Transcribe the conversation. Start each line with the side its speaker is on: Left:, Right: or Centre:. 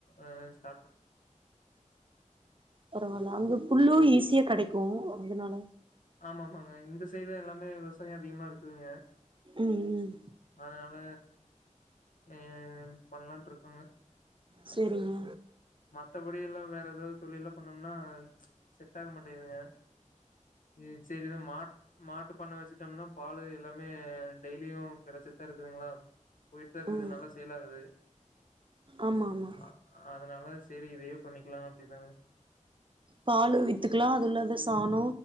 Left: அஷ்ட
Right: பரவாயில்ல அங்க புல்லுய்ஸ் த்திய கெடைக்கு அதனால
Left: ஆமாமாங்க இந்த சைடு எல்லாமே விவசாய அதிகமா இருக்குதுங்க
Right: ம் ம்
Left: அதனால ஏம் பண்ணலான்ருக்கு ஆம
Right: சரிங்க
Left: மத்தபடில்லா வேற ஏதாது தொழில்லா பண்ணோம்னா செட்டாக மாட்டேதுங்க ம் சரி மா மாட் பண்ண வச்சுட்டோம்னா பாலு எல்லாமே டெய்லியு கெடைச்சட்டுதா இருக்குதுங்களா போயிட்டுதா இருக்குது
Right: ம்
Left: நல்லா சேல்லாகுது
Right: ஆமா ஆமா
Left: அ அதனால எதையோ பண்ணிக்கலா அப்படிதாங்க
Right: பால் வித்துக்கலா அதுல்லது சாண